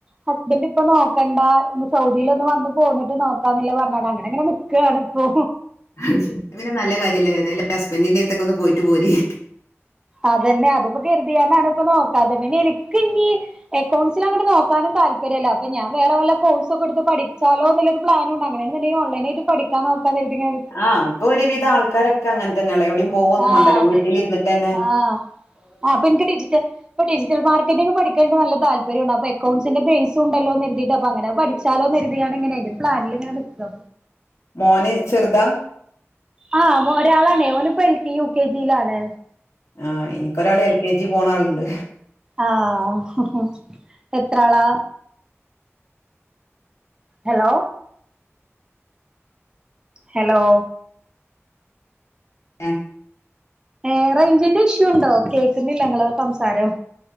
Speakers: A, on the right; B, on the left.
A: ഹസ്ബൻഡ് ഇപ്പ നോക്കണ്ട സൗദീൽ ഒന്ന് വന്ന് പോന്ന്ട്ട് നോക്കാന്നല്ലം പറഞ്ഞത് അങ്ങനെങ്ങനെ ക്കാണ്പ്പോ
B: അഹ്ശേരി നല്ല കാര്യല്ലേ എതായാലും ഹസ്ബന്റന്റെ എടുത്തൊക്ക ഒന്ന് പോയിട്ട് പോര്
A: അതന്നെ അതിപ്പോ കരുതിങ്ങാണ്ടാണ് ഇപ്പൊ നോക്കാതത് പിന്നെ എൻക്ക് ഇഞ്ഞ് അക്കൗൺസ്ൻ അങ്ങോട്ട് നോക്കാനും താല്പര്യല്ല അപ്പൊ ഞാൻ വേറെ വല്ല കോഴ്സ് ഒക്കെ ടുത്ത് പഠിച്ചാലോ എന്ന്ല്ല ഒരു പ്ലാനുണ്ട് അങ്ങനെന്ന്ന്ണ്ടങ്കി ഒൺലൈനായിട്ട് പഠികാ നോക്ക കരുതിങ്ങനെ
B: ആ പ്പൊ ഒരുവിധ ആൾക്കാരൊക്കെ അങ്ങൻതന്നെള്ള എവടിം പോവൊന്നും
A: ആഹ്
B: മണ്ടല്ലോ
A: അതെ
B: വീട്ടിലിരിന്നിട്ടന്നെ
A: ആഹ് ആ അപ്പ ൻക്ക് ഡിജിറ്റൽ ഇപ്പ ഡിജിറ്റൽ മാർക്കറ്റിങ്‌ പഠിക്കാന ന്ക്ക് നല്ല താല്പര്യണ്ട് അപ്പം എ അക്കൗണ്ട്സിന്റെ ബേസ് ഉണ്ടല്ലോ രുതീയിട്ട് അപ്പൊ അങ്ങനെ പഠിച്ചാലോ കെരുതിങ്ങാണ്ട് ങ്ങനെയ് അയ്‌ന്റെ രു പ്ലാനിൽ ഇങ്ങനെ നിക്കാ
B: മോൻ ചെറുതാ
A: ആ ഒരാളാണെയ് ഓനിപ്പോ എൽക്കെജി യു കെ ജിയിലാണ്
B: ആ എനിക്കൊരാൾ എൽ കെ ജി പോണ ആളുണ്ട്
A: ആഹ് എത്ര ആളാ ഹലോ ഹലോ
B: എ
A: ഏ റെഞ്ചിന്റെ ഇഷ്യൂ ഉണ്ടോ കേൾക്കുന്നില്ല നിങ്ങളെ സംസാരം